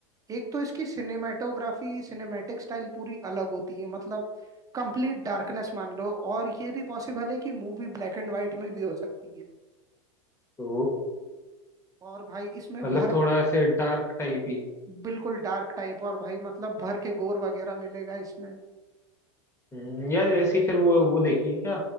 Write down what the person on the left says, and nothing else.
तो
मतलब
थोड़ा ऐसे डार्क टाइप ही
हम्म, यार ऐसी फिर वो वो देखी क्या